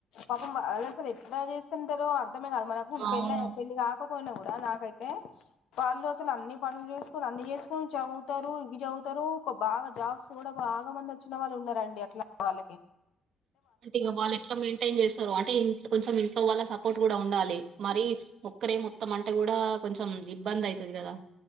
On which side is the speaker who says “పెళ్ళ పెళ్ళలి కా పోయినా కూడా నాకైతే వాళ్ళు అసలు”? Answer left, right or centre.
Left